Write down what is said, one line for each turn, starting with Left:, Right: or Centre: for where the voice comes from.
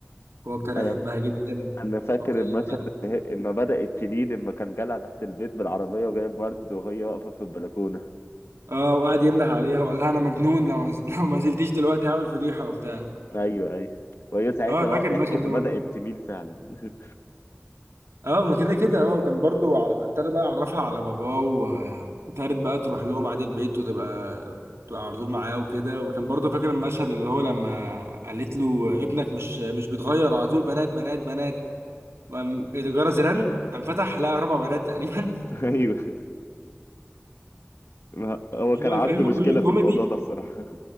Right: هو ابتدى
Left: انا
Right: يحبها جدا
Left: انا فاكر
Right: وابتدت
Left: المشهد اللي هي- لما بدأت تلي لما كان جالها تحت البيت بالعربية وجايب ورد وهي واقفة في البلكونة
Right: اه وقعد ينده عليها وقال لها انا مجنون لو <laughs> لو ما نزلتيش دلوقتي هعمل فضيحه وبتاع
Left: ايوه ايوه وهي ساعتها
Right: اه فاكر
Left: بقى ضحكت
Right: المشهد ده
Left: وبدأت
Right: برضه
Left: تميل فعلا <laughs>
Right: اه ما كده كده اه وكان برضه عر- ابتدى بقى يعرفها على باباه وابتدت بقى تروح لهم عادي البيت وتبقى تبقى على طول معاه وكده وكان برضه فاكر المشهد اللي هو لما قالت له ابنك مش مش بيتغير على طول بنات بنات بنات وقام الجرس رن قام فتح لقى اربع بنات تقريبا
Left: ايوه ما هو
Right: <laughs>
Left: كان
Right: هو
Left: عنده
Right: الفيلم
Left: مشكلة
Right: كله كوميدي
Left: في الموضوع ده بصراحة